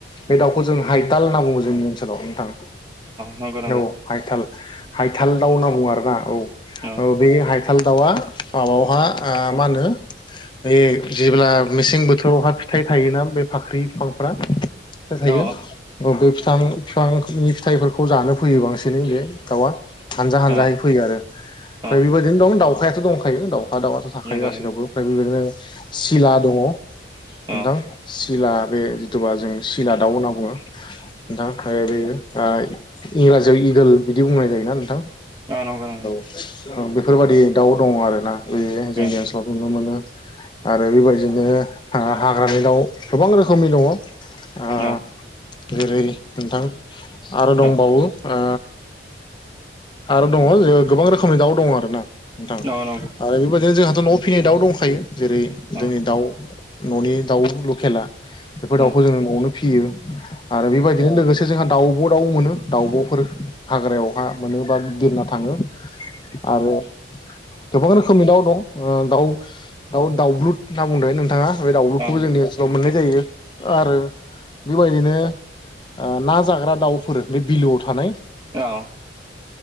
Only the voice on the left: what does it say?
बे दाउखौ जों हाइथाल होनना बुङो जोंनि ओनसोलाव नोंथां।
औ हायथाल हायथाल दाव होनना बुङो आरो ना औ।
औ बे हायथाल दाउआ माबायावहा ओ मा होनो बे जेब्ला मेसें बोथोरावहा फिथाइ थायोना बे फाख्रि बिफांफ्रा <unintelligible> थायो
बे फिथां फिफांनि फिथाइफोरखौ जानो फैयो बांसिनै बे दाउआ। हानजा हानजायै
फैयो आरो ओमफ्राय
बेबायदिनो दं दाउखायाथ' दंखायो दाउखा दाउआथ'। थाखायो
गासैनावबो
फ्रायबो बेबादिनो सिला दङ नोंथां।
सिला बे जिथुबा जों सिला दाउ होनना बुङो नोंथां <unintelligible> आ इंराजियाव इगोल बिदि बुंनाय जायोना नोंथां
ओ बेफोरबादि दाउ दङ आरोना बै जोंनि
ओनसो नुनो मोनो आरो बेबायदिनो आ हाग्रानि दाउ गोबां रोखोमनि दङ। आ
जेरै नोंथां आरो दंबावो
आ आरो दङ जो गोबां रोखोमनि दाउ दङ आरो ना। नोंथां
आरो बेबायदिनो जोंहाथ' न'आव फिनाय दाउ दंखायो जेरै दोंनि
दाउ न'नि दाउ लकेला बेफोर
दाउखौ जोङो न'आवनो फियो आरो बेबायदिनो लोगोस जोंहा दाउब' दाउ मोनो दाउब'फोर हाग्रायावहा मोनो बा बिरना थाङो आरो गोबां रोखोमनि दाउ दं ओ दाउ दाउ दाउब्लुद होनना बुंदों नोंथाङा बे दाउब्लुखौबो
जोंनि सोलाव मोननाय जायो आरो बेबायदिनो ओ ना जाग्रा दाउफोर बे बिलोआव थानाय